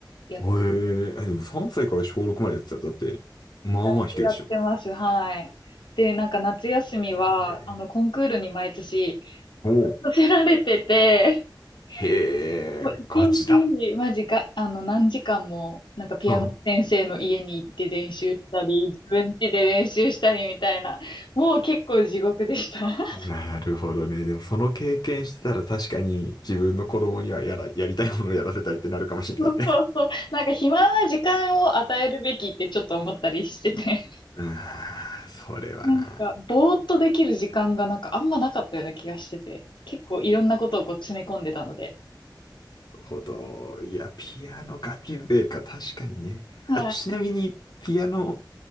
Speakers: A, on the left; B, on the left.
A: やって、
B: へえ、えでも3歳から小6までやってたらだって、まあまあ弾けるっしょ。
A: だいぶやってます。はい。で、なんか夏休みは、
B: えー
A: あの、コンクールに毎年
B: おう。
A: させられてて、
B: へ
A: もう一日、
B: え、ガチだ。
A: マジか、あの、何時間も、なんかピアノ先生の家に行って練習したり、
B: うん。
A: 自分家で練習したりみたいな、もう結構地獄でした。<laughs>
B: なるほどね。でもその経験してたら確かに自分の子供にはやら、やりたいものをやらせたいってなるかもしれないね。
A: そうそうそう。なんか暇な時間を与えるべきってちょっと思ったりしてて。<laughs>
B: <laughs> うん、それはな。
A: なんか、ぼーっとできる時間がなんかあんまなかったような気がしてて。結構いろんなことをこう詰め込んでたので。
B: ほど。いや、ピアノ楽器笛か、確かにね。
A: はい。
B: あ、ちなみに、ピアノ